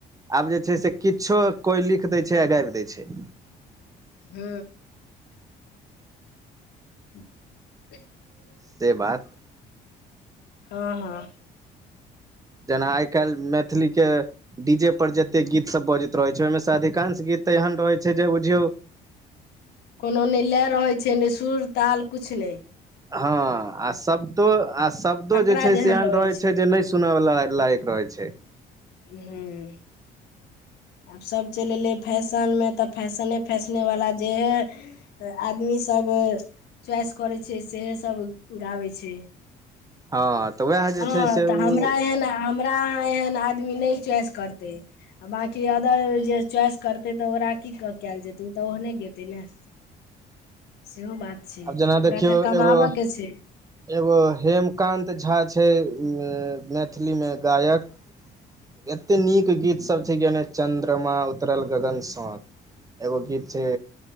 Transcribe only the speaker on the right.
आब जे छै से किछो कोइ लिख दै छै आ गाइब दै छै।
से बात
जेना आइ काइल मैथिली केँ डी जेे पर जतेक गीत सब बजैत रहै छै ओइमे से अधिकांश गीत तऽ एहन रहैत छै जे बुझियौ
हँ आ शब्दो आ शब्दो
जे छै
से एहन
रहैत छै जे नै सुन वला लायक रहै छै
हँ तऽ उएह जे
छै से
ओ
आब जेना
देखियौ
एगो
एगो हेमकान्त झा छै मैथिली में गायक एते नीक गीत सब छै गोने चंद्रमा तरल गगन स <inaudible> एगो गीत छै